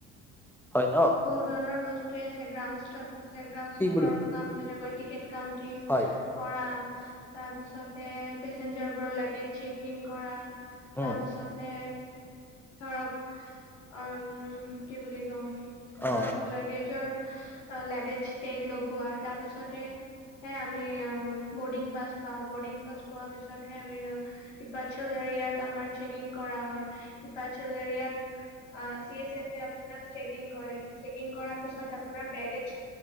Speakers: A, in the centre; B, on the left.
A: হয় ন
B: বহু ধৰণৰ বস্তুৱে আছে গ্ৰাউন ষ্টাফ আছে গ্ৰাউন
A: কি
B: ষ্টাফৰ
A: বুলি কয়
B: কাম যেনেকৈ টিক- কাউন্টিং
A: হয়
B: কৰা। তাৰ পাছতে পেচেঞ্জাৰ বোৰৰ লাগেজ চেকিং কৰা।
A: উম
B: তাৰপাছতে ধৰক অম কি বুলি কওঁ
A: অ
B: ধৰক লেগেজৰ লেগেজ টেগ লগোৱা তাৰপাছতে হে আমি বৰ্ডিং পাছ পাও বৰ্ডিং পাছ পোৱা পিছত হে আমি কৃপাছল এ ৰিয়াত আমাৰ চেকিং কৰা হয় হিপাৰচেল এৰিয়াত অ চি এছ এফ এ আপোনাক চেকিং কৰে চেকিং কৰাৰ পিছত আপোনাৰ বেগেজ